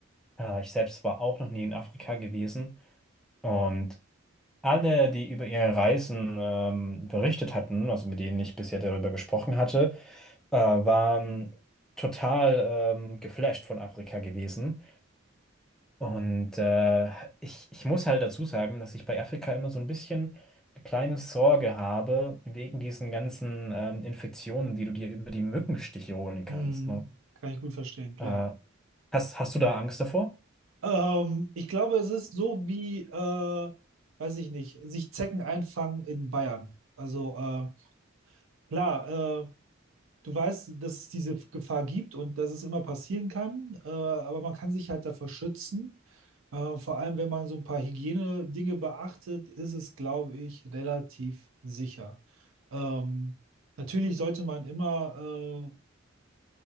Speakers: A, in the centre; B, on the right.
A: Äh, ich selbst war auch noch nie in Afrika gewesen. Und alle, die über ihre Reisen ähm, berichtet hatten, also mit denen ich bisher darüber gesprochen hatte, äh, waren total ähm, geflasht von Afrika gewesen. Und äh, ich, ich muss halt dazu sagen, dass ich bei Afrika immer so ein bisschen eine kleine Sorge habe, wegen diesen ganzen ähm, Infektionen, die du dir über die Mückenstiche holen kannst.
B: Hm,
A: Ne?
B: kann ich gut verstehen, klar.
A: Äh, hast, hast du da Angst davor?
B: Ähm, ich glaube, es ist so wie, äh, weiß ich nicht, sich Zecken einfangen in Bayern. Also äh, klar, äh, du weißt, dass es diese Gefahr gibt und dass es immer passieren kann, äh, aber man kann sich halt davor schützen. Äh, vor allem, wenn man so ein paar Hygienedinge beachtet, ist es, glaube ich, relativ sicher. Ähm, natürlich sollte man immer